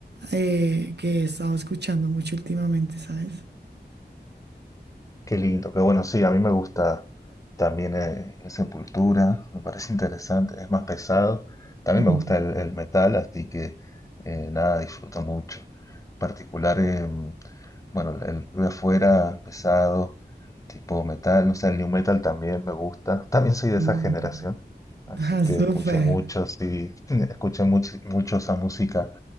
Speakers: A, on the right; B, on the left.
A: eh, que he estado escuchando mucho últimamente, ¿sabes?
B: Qué lindo, qué bueno, sí, a mí me gusta también eh, Sepultura, me parece interesante, es más pesado, también
A: Mm,
B: me gusta el, el metal, así que eh, nada, disfruto mucho. En particular, em, bueno, el, el ruido afuera, pesado, tipo metal, no sé, el new metal también me gusta, también soy de
A: mm.
B: esa generación, así
A: Ah,
B: que
A: súper.
B: escuché mucho, sí, <laughs> escuché mucho, mucho esa música